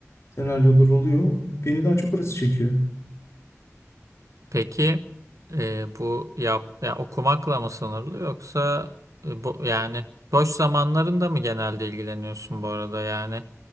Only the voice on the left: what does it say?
senaryolar oluyor. Beni daha çok orası çekiyor.